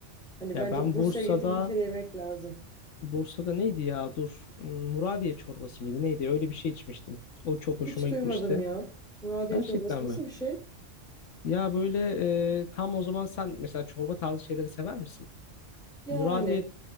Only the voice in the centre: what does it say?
Hani
bence
Bursa'ya
gittim bir kere yemek lazım.
Hiç duymadım
ya. Muradiye
çorbası nasıl
bir şey?
Yani.